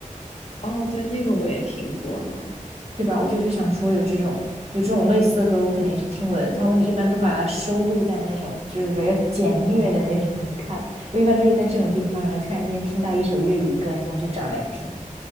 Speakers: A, on the left; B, on the right.
A: 哦，对，那个我也听过呢。
B: 对吧？我就是想说有这种有这种类似的歌，我肯定是听过的。他们一般都把它收录在那种就是说要简虐的那种 <laughs> cut，我一般都是在这种地方，然后突然间听到一首粤语歌，然后我就找来听。